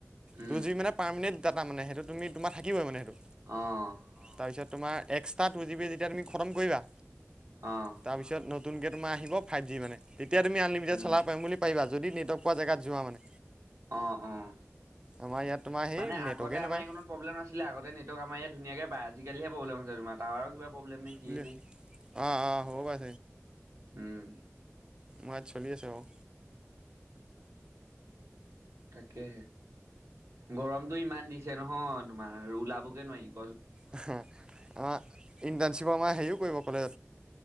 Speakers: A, on the right; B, on the right.
A: উম,
B: টু জি মানে পাৰ্মেণ্ট ডাটা মানে সেইটো তুমি তোমাৰ থাকিবই মানে সেইটো
A: অ',
B: তাৰপিছত তোমাৰ এক্সট্ৰা টু জি বি যেতিয়া তুমি খতম কৰিবা
A: অ',
B: তাৰপিছত নতুনকৈ তোম আহিবাইভ জি মানে তেতিয়া তুি আনলিমিে
A: উম,
B: চলাব পিম পাৰিব যদি নেটৰ্ক পোৱা জোত য মানে
A: আহ আহ
B: আমাৰ ইয়াত তোমাৰ সেই
A: মানে
B: নেটৱৰ্কেই
A: আগতে
B: নাপায়
A: আমাৰ এইণত প্ৰব্লেম নাছিলে আগতে নেটৱৰ্ক আমাৰ ইয়াত ধুনীয়াকে পায় আজি প্ৰব্লেম হৈছে তোমাৰ টায়াৰৰ প্ৰব্লেম নাই কি
B: বুলি
A: ন
B: অঁ অঁ হ'ব পাৰে
A: উম
B: মাত চলি আছে বাৰ
A: তাকেহে গৰমতটো ইমান দিছে নহয় তোমাৰ ওলাবকে নোৱাৰিম
B: আমাৰ ইণ্টাৰ্ণশ্বিপৰ আমাৰ হেৰিও কৰিব কলে